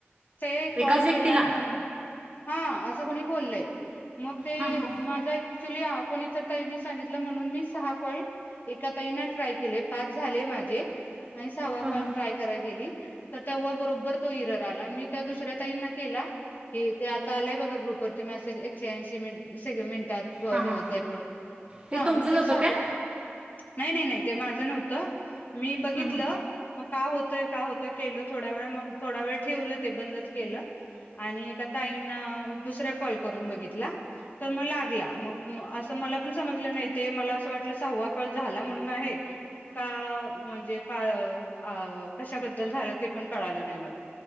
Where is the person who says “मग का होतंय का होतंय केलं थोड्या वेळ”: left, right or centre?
Left